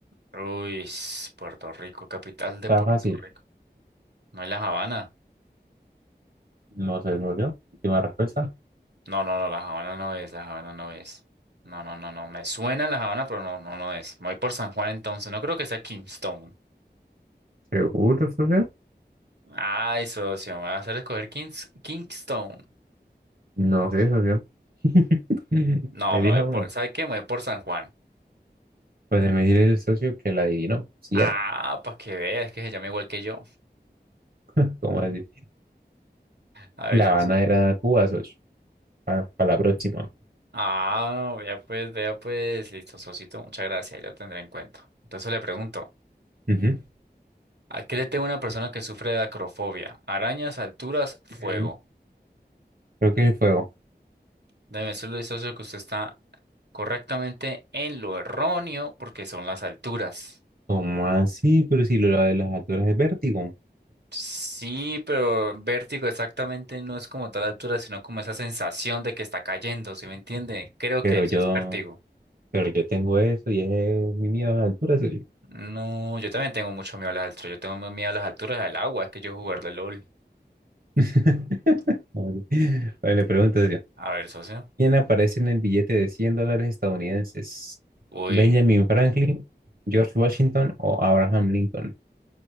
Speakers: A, on the right (about 75°); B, on the right (about 55°).
A: Uy, Puerto Rico, capital de
B: Está
A: Puerto
B: fácil.
A: Rico. ¿No es La Habana?
B: No sé, socio. Última respuesta.
A: No, no, no, la Habana no es, la Habana no es. No, no, no, no, me suena la Habana, pero no, no, no es. Me voy por San Juan entonces, no creo que sea Kingston.
B: ¿Seguro, socio?
A: Ay, socio, me va a hacer escoger Kings- Kingston.
B: No sé, socio. <laughs>
A: No,
B: Elija
A: me voy
B: uno.
A: por, ¿sabe qué? Me voy por San Juan.
B: Pues se me dice el socio que la adivinó. Sí
A: Ah,
B: era.
A: para que veas que se llama igual que yo.
B: <laughs> ¿Cómo así?
A: A
B: Y
A: ver,
B: La
A: socio.
B: Habana era Cuba, socio. Para la próxima.
A: Ah, vea pues, vea pues, listo, socito, muchas gracias, ahí lo tendré en cuenta. Entonces le pregunto,
B: Ujú.
A: ¿a qué le teme una persona que sufre de acrofobia? Arañas, alturas, fuego.
B: Ujú. Creo que el fuego.
A: Déjeme decirle, socio que usted está correctamente en lo erróneo porque son las alturas.
B: ¿Cómo así? Pero si lo de las alturas es vértigo.
A: Sí, pero vértigo exactamente no es como tal altura, sino como esa sensación de que está cayendo, ¿sí me entiende? Creo
B: Pero
A: que eso
B: yo,
A: es vértigo.
B: pero yo tengo eso y es mi miedo a las alturas, socio.
A: No, yo también tengo mucho miedo a las alturas. Yo tengo miedo a las alturas del agua, es que yo jugar de LOL.
B: <laughs> Bueno, le pregunto, socio.
A: A ver, socio.
B: ¿Quién aparece en el billete de 100 dólares estadounidenses?
A: Uy.
B: ¿Benjamin Franklin, George Washington o Abraham Lincoln?